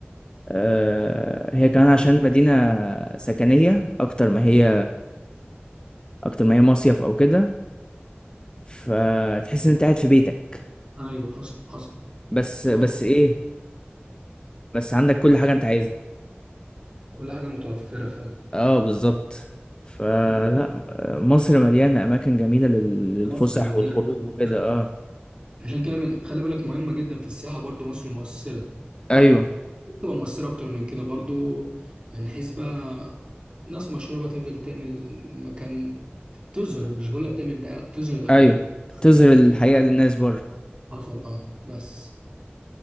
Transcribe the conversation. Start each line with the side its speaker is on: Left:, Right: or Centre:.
Left: أه هي كمان
Right: مشروع.
Left: عشان مدينة سكنية اكتر ما هي اكتر ما هي مصيف او كده فتحس ان انت قاعد في بيتك
Right: ايوه حصل حصل
Left: بس بس
Right: رحت
Left: ايه بس عندك كل حاجة انت عايزها
Right: كل حاجه متوفره فعلا
Left: اه بالظبط فلا
Right: مم.
Left: مصر مليانة أماكن جميلة لل- للفسح
Right: مصر مليانه
Left: والخروج
Right: أماكن.
Left: وكده اه
Right: عشان كده من خلي بالك مهمة جدا في السياحة برضو مصر مؤثرة
Left: أيوه
Right: تبقى مؤثرة أكتر من كده برضو من حيث بقى ناس مشهورة بقى تفضل تعمل مكان تظهر مش بقولك تعمل دعاية لا تظهر الحقيقة
Left: أيوه تظهر
Right: يعني
Left: الحقيقة للناس بره
Right: حصل اه بس